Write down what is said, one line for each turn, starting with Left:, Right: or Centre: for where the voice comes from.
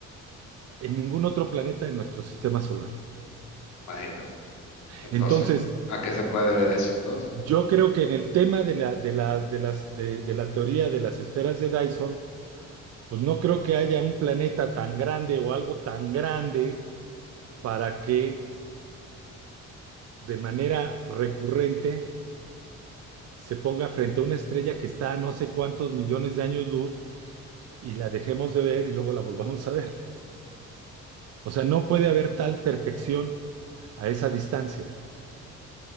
Right: en ningún otro planeta de nuestro sistema solar.
Left: imagínate. Entonces,
Right: Entonces,
Left: ¿a qué se puede ver eso entonces?
Right: yo creo que en el tema de la, de la, de las, de, de la teoría de las esferas de Dyson, pues no creo que haya un planeta tan grande o algo tan grande para que de manera recurrente se ponga frente a una estrella que está a no sé cuántos millones de años luz y la dejemos de ver y luego la volvamos a ver. O sea, no puede haber tal perfección a esa distancia.